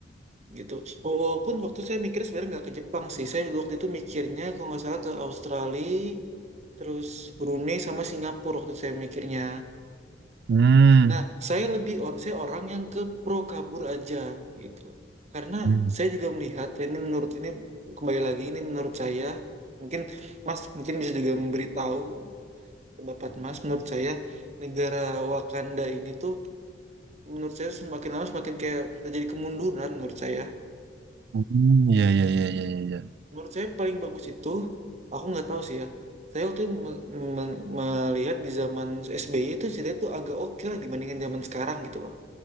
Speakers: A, on the right; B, on the right.
A: gitu. Walaupun waktu saya mikirnya sebenarnya nggak ke Jepang sih. Saya waktu itu mikirnya kalau nggak salah ke Australia, terus Brunei sama Singapura waktu itu saya mikirnya.
B: Hmm.
A: Nah, saya lebih or- saya orang yang ke pro kabur aja gitu. Karena
B: Hmm,
A: saya juga melihat dan ini menurut ini kembali lagi ini menurut saya mungkin Mas mungkin bisa juga memberitahu pendapat Mas menurut saya negara Wakanda ini tuh menurut saya semakin lama semakin kayak terjadi kemunduran menurut saya
B: Hmm, iya, iya, iya, iya, iya. iya.
A: Menurut saya paling bagus itu, aku nggak tahu sih ya. Saya waktu itu me- me- melihat di zaman SBY itu sih itu agak oke lah dibandingkan zaman sekarang gitu loh.